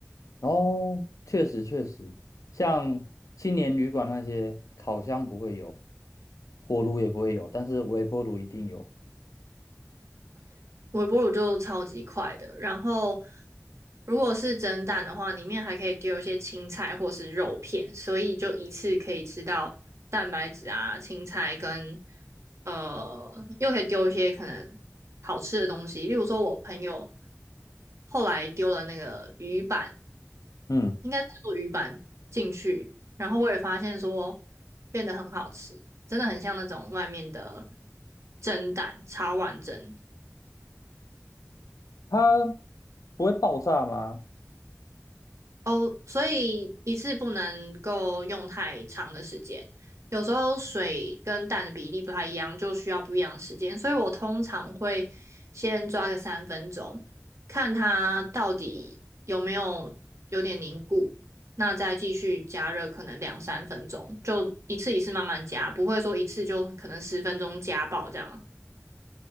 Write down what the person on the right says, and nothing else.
微波炉就超级快的。然后，如果是蒸蛋的话，里面还可以丢一些青菜或是肉片，所以就一次可以吃到蛋白质啊、青菜跟呃，又可以丢一些可能好吃的东西，例如说我朋友后来丢了那个鱼板，
应该是做鱼板进去，然后我也发现说变得很好吃。真的很像那种外面的蒸蛋，茶碗蒸。
哦，所以一次不能够用太长的时间，有时候水跟蛋的比例不太一样，就需要不一样的时间，所以我通常会先抓个三分钟，看它到底有没有有点凝固，那再继续加热，可能两三分钟，就一次一次慢慢加，不会说一次就可能十分钟加爆这样。